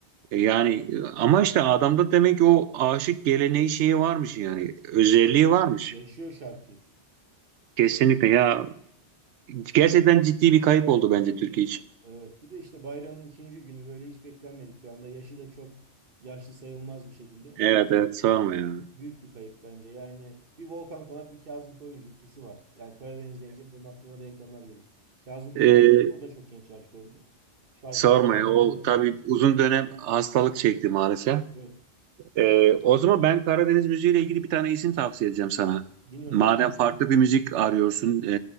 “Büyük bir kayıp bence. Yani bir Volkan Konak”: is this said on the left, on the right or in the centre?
Right